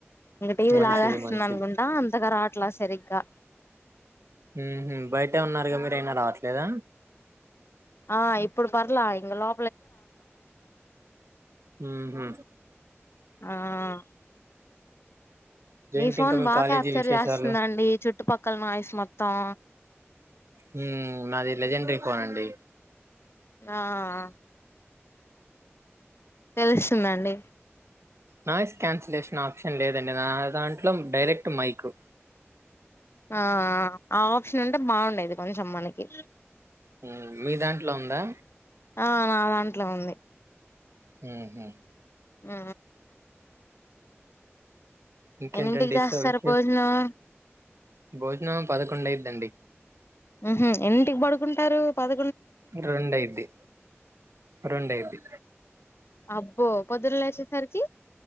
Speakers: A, on the left (about 60°); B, on the right (about 70°).
A: ఇంగ టీవీ
B: మంచిది
A: లాగా అస్తుంది
B: మంచిది
A: అనుకుంటా అంతగా రావట్ ట్ల సరిగ్గా
B: ఉహు బయటే ఉన్నారుగా మీరు అయినా రావట్లేదా
A: ఆ ఇప్పుడు పర్ల ఇంగ లో
B: హ్మ్ హు
A: ఆఁ నీ
B: ఏంటి
A: ఫోన్
B: ఇంకా మీ
A: బాగ
B: కాలేజీ
A: క్యాప్చర్
B: విశేషాలు
A: చేస్తుందండి చుట్టు పక్కల నాయిస్ మొత్తం.
B: హ్మ్ నాది లెజెండ్రి ఫోన్ అండి
A: ఆఁ తెలుస్తుందండి
B: నాయిస్ క్యాన్సిలేషన్ ఆప్షన్ లేదండి నా దాంట్లో డైరెక్ట్ మైకు
A: ఆ ఆప్షన్ ఉంటే బాగుండేది కొంచెం మనకి
B: ఉమ్ మీ దాంట్లో ఉందా
A: ఆ నా దాంట్లో ఉంది
B: ఉహు
A: ఆ
B: ఇంకేంటండి
A: ఎన్నింటికి చేస్తారు
B: సో విశేష
A: భోజనం
B: భోజనం పదకొండ అయిందండి
A: ఉహు అన్నింటికి పడుకుంటారు పద
B: రెండైది రెండఐది
A: అబ్బో పొదురల వసే సరికి